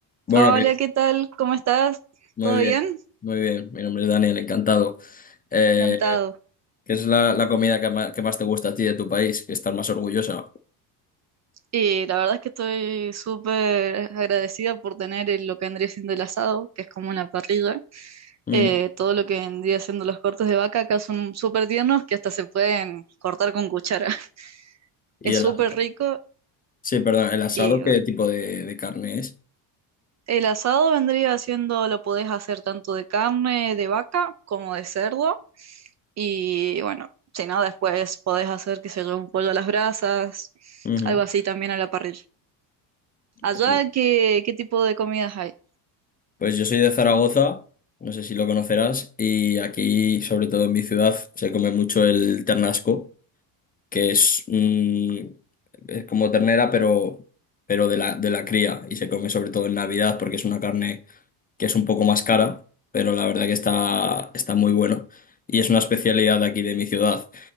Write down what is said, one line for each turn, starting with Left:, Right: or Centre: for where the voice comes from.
Left: Bueno,
Right: Hola,
Left: que-
Right: ¿qué tal? ¿Cómo estás?
Left: muy
Right: ¿Todo
Left: bien,
Right: bien?
Left: muy bien. Mi nombre es Daniel, encantado. Eh,
Right: Encantado.
Left: ¿qué es la, la comida que más, que más te gusta a ti de tu país? Que estás más orgullosa.
Right: Y la verdad es que estoy súper agradecida por tener el- lo que vendría siendo el asado, que es como una parrilla.
Left: Mm.
Right: Eh, todo lo que vendría siendo los cortes de vaca acá son súper tiernos que hasta se pueden cortar con cuchara. <laughs>
Left: Y
Right: Es
Left: el,
Right: súper
Left: as-
Right: rico
Left: sí, perdón, el asado,
Right: y bueno.
Left: ¿qué tipo de, de carne es?
Right: El asado vendría siendo, lo podés hacer tanto de carne de vaca como de cerdo. Y bueno, si no, después podés hacer, qué sé yo, un pollo a las brasas,
Left: Ujú.
Right: algo así también a la parrilla. Allá,
Left: Y-
Right: ¿qué, qué tipo de comidas hay?
Left: pues yo soy de Zaragoza, no sé si lo conocerás, y aquí, sobre todo en mi ciudad, se come mucho el ternasco, que es, mm, es como ternera, pero, pero de la, de la cría, y se come sobre todo en Navidad porque es una carne que es un poco más cara, pero la verdad que está, está muy bueno. Y es una especialidad de aquí de mi ciudad.